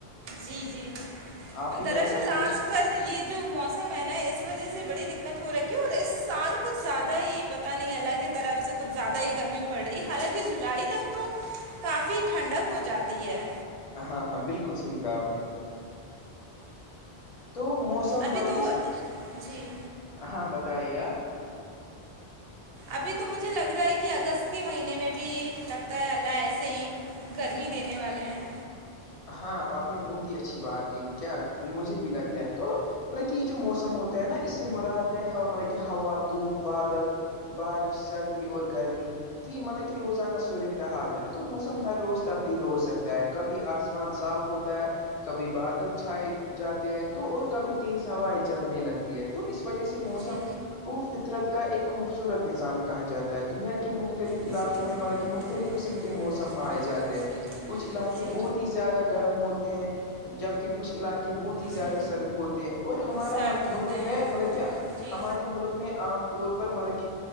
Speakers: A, on the right; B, on the left.
A: جی جی
B: آپ بھی
A: دراصل
B: بتائیے
A: آج
B: کچھ
A: کل یہ جو موسم ہے نا اس وجہ سے بڑی دقت ہو رکھی اور اس سال کچھ زیادہ ہی پتا نہیں اللہ کہ طرف سے کچھ زیادہ ہی گرمی پڑ رہی حالانکہ جولائی تک تو کافی ٹھنڈک ہو جاتی ہے
B: ہاں ہاں بالکل صحیح کہا آپ نے تو موسم
A: ابھی
B: مطلب
A: تو
B: کس
A: جی
B: ہاں بتائیے آپ
A: ابھی تو مجھے لگ رہا ہے کہ اگست کے مہینے میں بھی لگتا ہے اللہ ایسے ہی گرمی دینے والے ہیں
B: ہاں آپ نے بہت ہی اچھی بات کہ کیا مجھے بھی لگتا ہے تو مطلب کہ یہ جو موسم ہوتا ہے نا اس سے مراد ہے مطلب کہ ہوا دھوپ بادل بارش سردی اور گرمی کہ مطلب کہ روزانہ صورتحال ہے تو موسم ہر روز تبدیل ہو سکتا ہے کبھی آ آسمان صاف ہوتا ہے کبھی بادل چھائے جاتے ہیں تو اور کبھی تیز ہوائیں چلنے لگتی ہے تو اس وجہ سے موسم
A: جی
B: کو فطرت کا ایک خوبصورت نظام کہا جاتا ہے دنیا کے مختلف علاقوں
A: جی
B: میں
A: جی
B: مطلب کہ مختلف
A: جی
B: قسم کے موسم پائے
A: جی
B: جاتے ہیں
A: جی
B: کچھ علاقے
A: جی
B: بہت بہت ہی زیادہ گرم ہوتے ہیں جبکہ کچھ علاقے بہت ہی زیادہ
A: جی
B: سرد ہوتے ہیں اور ہمارا
A: سرد
B: ملک
A: ہوتے
B: میں
A: ہیں
B: مطلب کہ
A: جی
B: ہمارے ملک میں عام طور پر مطلب کہ